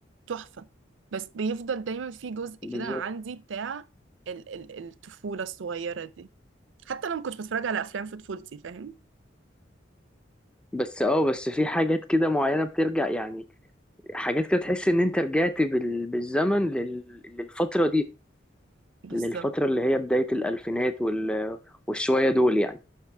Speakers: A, on the right (about 75°); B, in the centre.
A: تحفة بس بيفضل دايما في جزء
B: بالظبط
A: كده عندي بتاع ال- ال- الطفولة الصغيرة دي حتى لو ما كنتش بتفرج على افلام في طفولتي فاهم
B: بس اه بس في حاجات كده معينة بترجع يعني حاجات كده تحس ان انت رجعت بال... بالزمن لل... للفترة دي
A: بالظبط
B: للفترة اللي هي بداية الألفينات وال... والشوية دول يعني